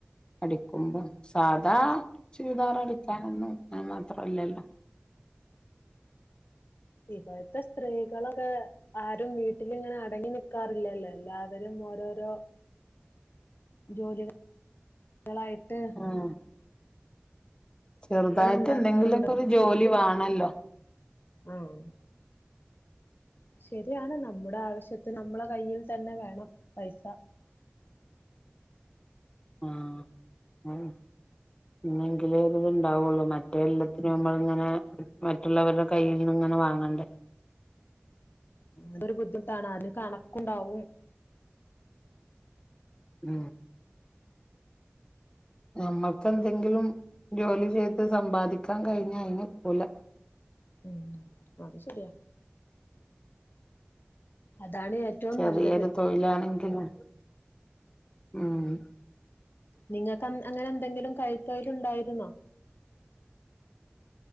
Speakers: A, on the left (about 25°); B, on the left (about 60°).
A: അടിക്കുമ്പം സാധാ
B: ഉം
A: ചുരിദാറടിക്കാനൊന്നും ന്നും മാത്രമില്ലല്ലോ.
B: ഇപ്പഴത്തെ സ്ത്രീകളൊക്കെ ആരും വീട്ടിലിങ്ങനെ അടങ്ങി നിക്കാറില്ലല്ലോ എല്ലാവരും ഓരോരോ ജോലിക ങ്ങളായിട്ട്
A: ആഹ് ചെറുതായിട്ട്
B: ഉണ്ടാക്കാറുണ്ട്
A: എന്തെങ്കിലൊക്കെ ഒരു ജോലി വേണല്ലോ.
B: ആഹ് ശരിയാണ് നമ്മ ളാവശ്യത്തിന് നമ്മളെ കൈയിൽതന്നെ വേണം പൈസ.
A: ആ അഅന്നെ. എന്നങ്കിലേ ഒര്ത് ഇണ്ടാവൊള്ളു. മ റ്റത് എല്ലത്തിനും നമ്മളിങ്ങനെ മറ്റുള്ളവർടെ കൈയ്ന്ന്ങ്ങനെ വാങ്ങണ്ടേ.
B: നമുക്കൊരു ബുദ്ധിമുട്ടാണ് അതിലും കണക്കുണ്ടാവും
A: ആ നമ്മക്കെന്തെങ്കിലും ജോലി ചെയ്ത് സമ്പാദിക്കാൻ കഴിഞ്ഞാൽ ആയിന് ഒക്കൂല
B: മം അതുശരിയാ അതാണ് ഏറ്റവും
A: ചെറിയൊരു
B: നല്ലത്
A: തൊഴിലാണെങ്കിലും മ്
B: ഉം നിങ്ങൾക്ക് അൻ അന്നേരം എന്തെങ്കിലും കൈതൊഴിലുണ്ടായിരുന്നോ?